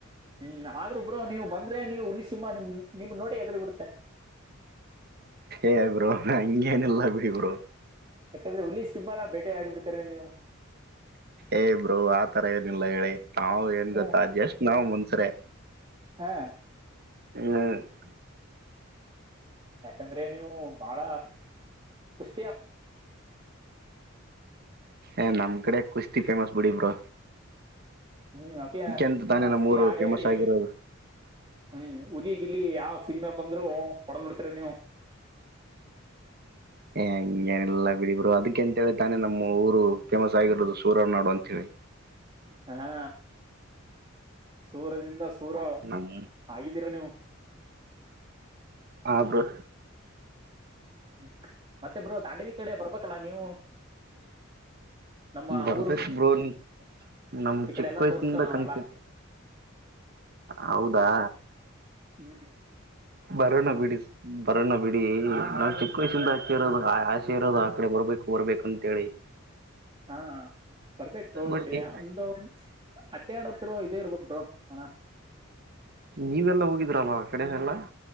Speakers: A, on the right; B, on the right.
A: ಹ್ಮ್ ಆದ್ರೂಬ್್ರೋ ನೀವು್ ಬಂದ್ರೆ ನೀವು ಹುಲಿ ಸಿಂಹ ನಿಮ್ ನಿಮ್ ನೋಡಿ ಹೆದ್ರುಬಿಡುತ್ತೆ
B: ಏಯ್ ಬ್ರೋ ನ ಅಂಗೇನಿಲ್ಲ ಬಿಡಿ ಬ್ರೋ
A: ಯಾಕಂದ್ರೆ ಹುಲಿ್ ಸಿಂಹ ನೆ ಬೇಟೆ ಆಡಿಬಿಡ್ತಾರೆ ನೀವು
B: ಏ ಬ್ರೋ ಆತರ ಏನಿಲ್ಲ ಹೇಳಿ ನಾವ್ ಏನ್
A: ಹ
B: ಗೊತ್ತಾ ಜಸ್ಟ್ ನಾವ್ ಮನ್ಸ್ರೆ
A: ಹಾ
B: ಈ ಹ
A: ಯಾಕಂದ್ರೆ ನೀವು ಬಾಳ ಕುಸ್ತಿಾರಲ್ಲ
B: ಏ ನಮ್ಮ್ಡೆ ಕುಸ್ತಿ ೇಮಸ್ ಬಿಡಿ ಬ್ರರು
A: ಹ್ಮ್ ಅಕೆ
B: ಅಂತ ತಾನೇ
A: ಅತಿ
B: ನಮ್ಮ ಊರು
A: ಆಡಿ
B: ಫೇಮಸ್
A: ಆಡಿ
B: ಆಗಿರೋದು
A: ಹ್ಮ್ ಹಲಿಗ್ ಇಲ್ಲಿ ಯಾವ್ ಸಿಮ್ಮೆ ಬಂದ್ರು ಹೊಡಂದ್ ಬಿಡ್ತೀರ ನೀವು
B: ಏ ಹಂಗೇನೆಲ್ಲಾ ಬಿಡಿ ಬರು ಅದಕ್ಕೆಂತೇಳಿ ತಾನೇ ನಮ್ಮ ಊರು ಫೇಮಸ್ ಆಗಿರೋದು ಸೂರ ನಾಡು ಅಂತ ಹೇಳಿ
A: ಹಾ ಸೂರದಿಂದ ಸೂರ
B: ನಮ್
A: ಆಗಿದ್ದೀರಾ ನೀವು
B: ಹಾ ಬ್ರೋ
A: ಹ್ಮ್ ಮತ್ತೆಬ್ರು ದಂಡಲಿ ಕಡೆ ಬರ್ಬೇಕಲ್ಲ ನೀವು ನಮ್ಮ
B: ಬರ್ಬೇಕ್
A: ಊರು
B: ಬ್ರೋ ನೀ ನಮ್
A: ಈ ಕಡೆ
B: ಚಿಕ್ಕ
A: ಎಲ್ಲಾ
B: ವಯಸ್ಸಿಂದ
A: ತೋರ್ಸ್ತೇ ನಾವೆಲ್ಲಾ
B: ಕನ್ಸು ಹೌದಾ
A: ಹ್ಮ್
B: ಬರೋ ನ ಬಿೀಡಿಸ್ ಬರೋಣ ಬಿಡಿ ನಾವು ಚಿಕ್ಕ ವಯಸ್ಸಿಂದ ಆಚೆ ಇರೋದು ಆಸೆ ಇರೋದು ಆ ಕಡೆ ಬರ್ಬೇಕು ಬರ್ಬೇಕ ಅಂತೇಳಿ <inaudible>
A: ಹಾ ಬರ್ತೇಕ್ ಪ್ರೋ
B: ಬಟ್
A: ಕಡಿ
B: ಏನ್
A: ಒಮಂದು ಅಡ್ಡ ಆಡತ್ತಿರ ಇದೇ ಇರ್ಬೇಕರು ಮನ
B: ನೀವೆಲ್ಲಾ ಹೋಗಿದ್ರ ಬ ಕಡೆ ಎಲ್ಲ